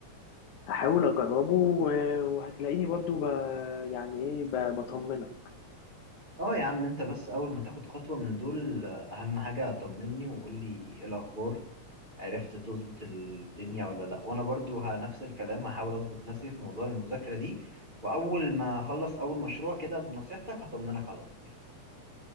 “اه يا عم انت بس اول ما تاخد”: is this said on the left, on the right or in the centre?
Right